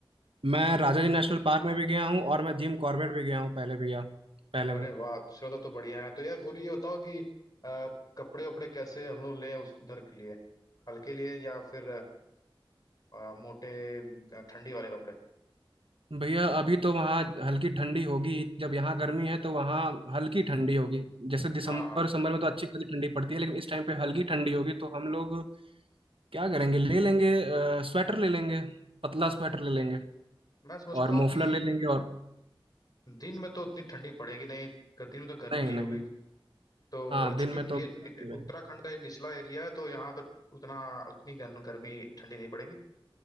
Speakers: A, on the right; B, on the left.
A: मैं राजा जी नेशनल पार्क में भी गया हूँ और मैं जिम कॉर्बेट भी गया हूँ पहले भैया पहले
B: अरे
A: में
B: वाह चलो तब तो बढ़िया है तो यार गोलू ये बताओ कि अ, कपड़े उपड़े कैसे हम लोग लें उस उधर के लिए हल्के लिए या फिर अ, मोटे अ, ठंडी वाले कपड़े
A: भैया अभी तो वहाँ हल्की ठंडी होगी जब यहाँ गर्मी है तो वहाँ हल्की ठंडी होगी जैसे दिसंबर
B: हाँ हाँ हाँ।
A: दिसंबर में तो अच्छी खासी ठंडी पड़ती है लेकिन इस टाइम पे हल्की ठंडी होगी तो हम लोग क्या करेंगे ले लेंगे अ, स्वेटर ले लेंगे पतला स्वेटर ले लेंगे
B: मैं समझता
A: और मोफलर
B: हूँ कि
A: ले लेंगे और
B: दिन में तो उतनी ठंडी पड़ेगी नहीं ग- दिन में तो गर्मी
A: नहीं
B: ही
A: नहीं
B: होगी तो
A: हाँ
B: और
A: दिन
B: चूंकि
A: में तो
B: ये
A: ठंडी
B: नि-
A: रहेगी,
B: उत्तराखंड का ये निचला एरिया है तो यहाँ तो उतना उतनी गर्म- गर्मी ठंडी नहीं पड़ेगी